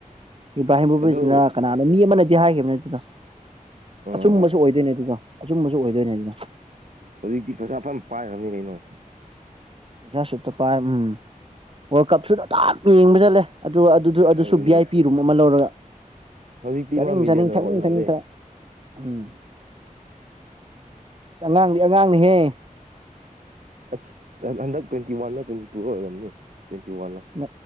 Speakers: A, on the right; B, on the right.
A: ꯏꯕꯥ ꯍꯕꯨꯁꯤꯅ
B: ꯑꯗꯨ
A: ꯀꯅꯥꯅ ꯃꯤ ꯑꯃꯅꯗꯤ ꯍꯥꯏꯈꯤꯕ ꯅ ꯑꯗꯨꯗ
B: ꯑꯥ
A: ꯑꯆꯨꯝꯕꯁꯨ
B: ꯑꯁ
A: ꯑꯣꯏꯗꯣꯏꯅꯦ ꯑꯗꯨꯗꯣ ꯑꯆꯨꯝꯕꯁꯨ ꯑꯣꯏꯗꯣꯏꯅꯦ ꯑꯗꯨꯅ
B: ꯍꯧꯖꯤꯛꯇꯤ ꯄꯩꯁꯥ ꯐꯅ ꯄꯥꯏꯈ꯭ꯔꯕꯅꯤ ꯀꯩꯅꯣ
A: ꯄꯁꯥꯁꯤꯠꯇ ꯄꯥꯏ ꯎꯝ ꯋꯥꯔꯜ ꯀꯞꯁꯨꯗꯥꯝ ꯌꯦꯡꯕ ꯆꯠꯂꯦ ꯑꯗꯨꯒ ꯑꯗꯨ ꯑꯗꯨꯁꯨ
B: ꯑꯗꯨꯅꯦ
A: ꯚꯤ ꯑꯥꯏ ꯄꯤ ꯔꯨꯝ ꯑꯃ ꯂꯧꯔꯒ
B: ꯍꯧꯖꯤꯛꯇꯤ
A: ꯆꯠꯅꯤꯡ
B: ꯃꯥ ꯃꯤꯂꯤꯌꯅꯔ
A: ꯆꯥꯅꯤꯡ ꯊꯛꯅꯤꯡ
B: ꯑꯣꯏꯈ꯭ꯔꯕꯅꯦ
A: ꯊꯛꯅꯤꯡ ꯎꯝ ꯑꯁ ꯑꯉꯥꯡꯗꯤ ꯑꯉꯥꯡꯅꯤꯍꯦ
B: ꯑꯁ ꯍꯟꯗꯛ ꯇ꯭ꯋꯦꯟꯇꯤ ꯋꯥꯟꯅ ꯇ꯭ꯋꯦꯟꯇꯤ ꯇꯨ ꯂ ꯑꯣꯏꯔꯝꯅꯤ ꯇ꯭ꯋꯦꯟꯇꯤ ꯋꯥꯟꯅ
A: ꯅꯪ